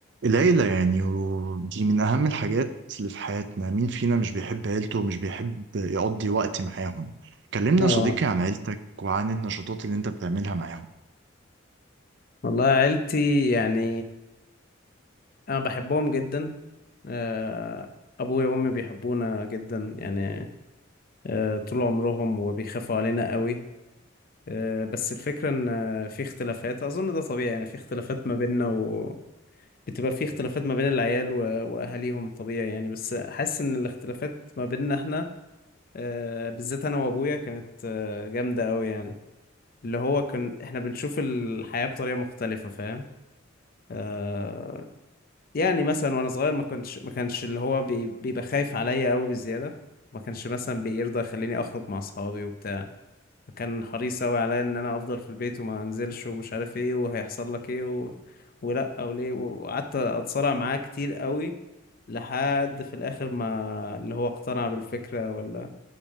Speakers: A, on the right; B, on the left.
A: العيلة يعني ودي من أهم الحاجات اللي في حياتنا مين فينا مش بيحب عيلته ومش بيحب يقضي وقت معاهم كلمنا
B: اه
A: يا صديقي عن عيلتك وعن النشاطات اللي أنت بتعملها معاهم
B: والله عيلتي يعني انا بحبهم جدا آه، ابويا وامي بيحبونا جدا يعني آه، طول عمرهم وبيخافوا علينا قوي آه، بس الفكرة ان آه، في اختلافات اظن ده طبيعي يعني في اختلافات ما بيننا و بتبقى في اختلافات ما بين العيال و... واهاليهم طبيعي يعني بس حاسس ان الاختلافات ما بيننا احنا آه، بالذات انا وابويا كانت آه، جامدة قوي يعني اللي هو كان احنا بنشوف الحياة بطريقة مختلفة فاهم آه، يعني مثلا وانا صغير ما كنتش ما كانش اللي هو بي- بيبقى خايف عليا قوي بزياده ما كانش مثلا بيرضى يخليني اخرج مع اصحابي وبتاع فكان حريص قوي عليا ان انا افضل في البيت وما انزلش ومش عارف ايه وهيحصل لك ايه و... ولا او ليه وقعدت اتصارع معاه كتير قوي لحد في الاخر ما اللي هو اقتنع بالفكره ولا